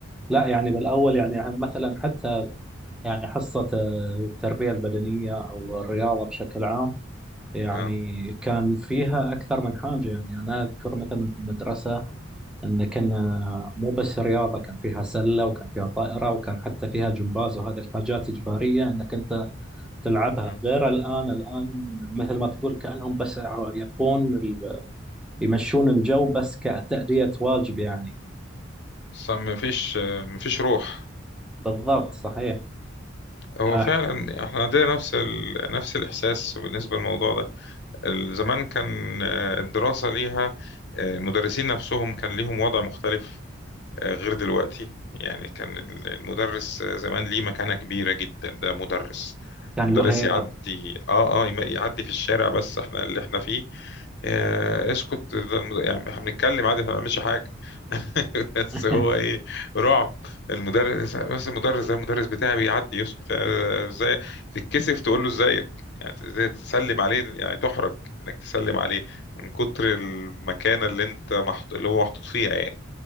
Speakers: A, in the centre; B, on the left.
A: لا يعني بالأول يعني يعني مثلا حتى يعني حصة آه، التربية البدنية أو الرياضة بشكل عام يعني
B: اه
A: كان فيها أكثر من حاجة يعني أنا أذكر مثلا في المدرسة أن كنا مو بس رياضة كان فيها سلة وكان فيها طائرة وكان حتى فيها جمباز وهذه الحاجات إجبارية أنك أنت تلعبها
B: مم.
A: غير الآن الآن مثل ما تقول كأنهم بس يبون ال- يمشون الجو بس كتأدية واجب يعني
B: بس مفيش آه، مفيش روح
A: بالضبط صحيح
B: هو
A: أح-
B: فعلا احنا عندنا نفس ال... نفس الإحساس بالنسبة للموضوع ده ال- زمان كان آه، الدراسة ليها آه، المدرسين نفسهم كان ليهم وضع مختلف آه، غير دلوقتي يعني كان ال- المدرس آه، زمان ليه مكانة كبيرة جدا ده مدرس
A: كان
B: مدرس
A: له هيبة
B: يعدي اه اه يم- يعدي في الشارع بس احنا اللي احنا فيه آه اسكت ده المد... يعني احنا بنتكلم عادي احنا ما بنعملش حاجة <laughs> بس
A: <laughs>
B: هو ايه رعب المدرس بس المدرس ده المدرس بتاعي بيعدي يسكت آه، ازاي تتكسف تقول له ازيك يعني ازاي تسلم عليه يعني تحرج انك تسلم عليه من كتر المكانة اللي انت محط... اللي هو محطوط فيها يعني